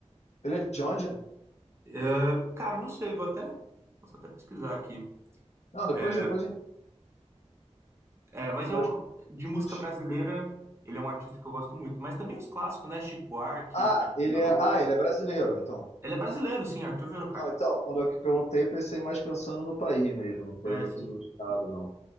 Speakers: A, on the left (about 70°); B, on the right (about 20°).
A: Ele é de onde?
B: É, cara, não sei, vou até, posso até pesquisar aqui.
A: Não, depois,
B: É,
A: depois a gente...
B: é, mas
A: Mas,
B: eu,
A: pô,
B: de música
A: antes.
B: brasileira, ele é um artista que eu gosto muito. Mas também os clássicos, né? Chico Buarque,
A: ah,
B: Caetano
A: ele
B: Veloso.
A: é, ah, ele é brasileiro, então.
B: Ele é brasileiro, sim, Arthur Verocai.
A: Não, então, quando eu que perguntei, eu pensei mais pensando no país mesmo, não foi
B: É,
A: muito
B: assim,
A: no estado, não.